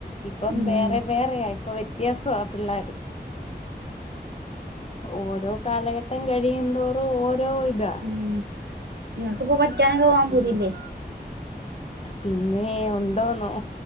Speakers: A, on the left (about 40°); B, on the right (about 80°).
A: ഇപ്പം
B: ഉം
A: വേറെ വേറെയാ ഇപ്പ വ്യത്യാസ പിള്ളേര്. ഓരോ കാലഘട്ടം കഴിയുംന്തോറും ഓരോ ഇതാ.
B: ഉം ഇങ്ങക്ക്പ്പോ പഠിക്കാനൊക്കെ പോവാൻ
A: ആഹ്
B: പൂതില്ലേ.
A: പിന്നെ ഉണ്ടോന്നോ